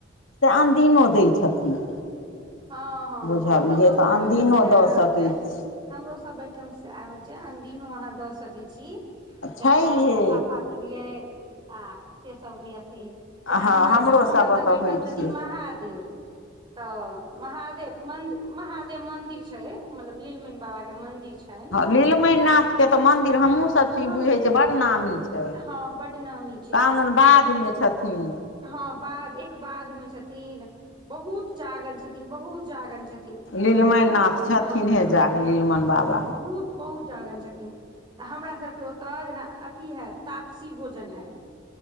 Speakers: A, on the left (about 80°); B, on the right (about 25°).
A: से अनदिनो दै छथिन।
B: हां हां
A: बुझलियै
B: हां हमरो
A: तऽ
B: सब
A: अनदिनो
B: ओयठम साएह
A: दऽ
B: रहै
A: सकै
B: छै।
A: छी
B: हमरो सब ओहि ठाम सैह होइ छै अनदिनो अहाँ दऽ सकै छी
A: छै
B: जेकरा
A: ये
B: कोबला पाति यै आ से सब दैयै से जेना
A: हँ
B: हमरा
A: हमरो
B: एहिठाम हमरासब
A: सब ओतऽ
B: एहिठाम
A: होइ
B: छथिन
A: छै
B: महादेव तऽ महादेव मंदी महादेव मंदिर छै मतलब नीलमनि बाबा के मंदिर छनि
A: नीलमनिनाथके तऽ मन्दिर हमहूँसभ ची
B: हँ
A: बुझै छियै बड़ नामी छै
B: हँ बड नामी छै
A: कहाॅंदन
B: तऽ
A: बाधमे
B: जेना
A: छथिन
B: हँ बाध एक बाध में छथिन बहुत जागंत छथिन बहुत जागंत छथिन थिन
A: लीलमणि
B: एखुन
A: नाथ छथिन
B: हँ
A: हे जाग लीलमन बाबा
B: बहुत बहुत जागंत छथिन हमरासभके ओतऽ जेना अथी हैत तापसी भोजन हैत